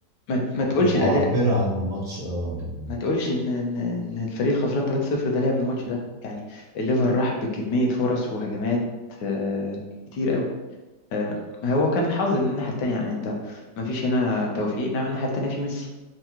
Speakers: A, on the left; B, on the left.
A: ما ما تقولش
B: معبرة
A: الاداء
B: عن الماتش اه يعني
A: ما تقولش ان ان إن الفريق الخسران 3-0 ده لعب الماتش ده يعني الليفر راح بكميه فرص وهجمات آه، كتير آه، هو كان الحظ ان الناحيه التانيه يعني انت ما فيش هنا توفيق انما الناحيه التانيه في ميسي